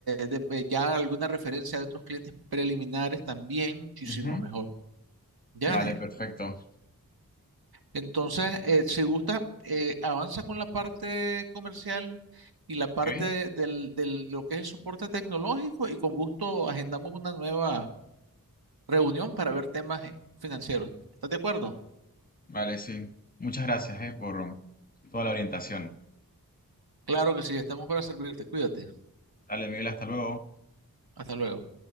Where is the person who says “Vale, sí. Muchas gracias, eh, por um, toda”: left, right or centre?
Left